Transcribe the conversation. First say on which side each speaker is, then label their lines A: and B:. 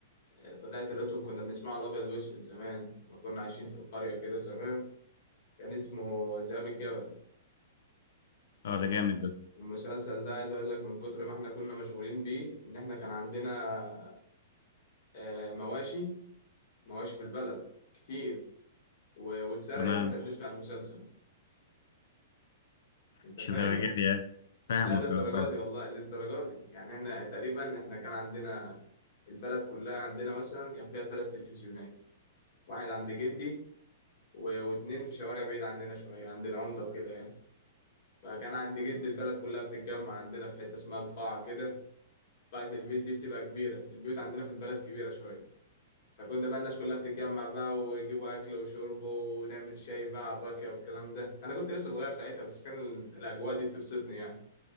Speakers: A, on the left; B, on the left.
A: آه، طلعت لقيتهم كنا بنسمعه الابيض واسود زمان ما كنا عايشين في القرية كده زمان كان اسمه ذئاب الجبل آه،
B: اه ده جامد ده
A: المسلسل ده عايز اقول لك من كتر ما احنا كنا مشغولين بيه ان احنا كان عندنا آه، مواشي مواشي في البلد كتير و- واتسرقت
B: تمام
A: واحنا بنسمع المسلسل انت
B: مش
A: فاهم
B: درجه دي يعني فاهمك
A: لا للدرجه
B: اه فاهمك
A: دي والله للدرجه دي يعني احنا تقريبا احنا كان عندنا البلد كلها عندنا مثلا كان فيها ثلاث تلفزيونات واحد عند جدي و- واتنين في شوارع بعيد عننا شويه عند العمده وكده يعني فكان عند جدي البلد كلها بتتجمع عندنا في حته اسمها القاعه كده بتاعت البيت دي بتبقى كبيرة البيوت عندنا في البلد كبيرة شوية فكنا بقى الناس كلها بتتجمع بقى ويجيبوا أكل وشرب ونعمل شاي بقى على الراكية والكلام ده أنا كنت لسه صغير ساعتها بس كان ال- الأجواء دي بتبسطني يعني